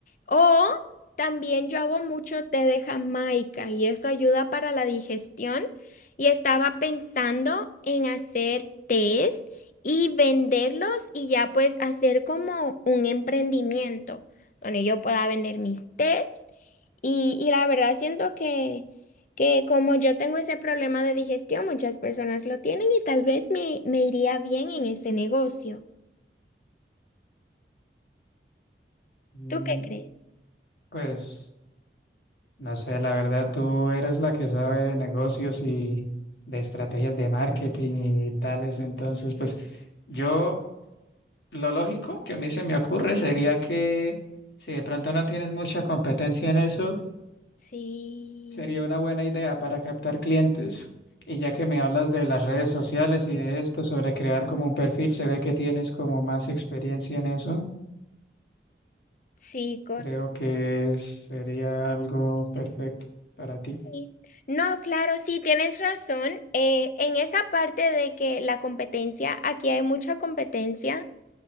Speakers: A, on the left; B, on the left.
A: o también yo hago mucho té de Jamaica y eso ayuda para la digestión. Y estaba pensando en hacer tés y venderlos y ya pues hacer como un emprendimiento donde yo pueda vender mis tés. Y, y la verdad siento que, que como yo tengo ese problema de digestión, muchas personas lo tienen y tal vez me, me iría bien en ese negocio.
B: Mm,
A: ¿Tú qué crees?
B: Pues No sé, la verdad, tú eres la que sabe de negocios y de estrategias de marketing y tales. Entonces, pues yo, lo lógico que a mí se me ocurre sería que si de pronto no tienes mucha competencia en eso,
A: Sí,
B: sería una buena idea para captar clientes. Y ya que me hablas de las redes sociales y de esto sobre crear como un perfil, se ve que tienes como más experiencia en eso.
A: sí,
B: Creo que sería algo perfecto para ti.
A: Sí. No, claro, sí, tienes razón. Eh, en esa parte de que la competencia, aquí hay mucha competencia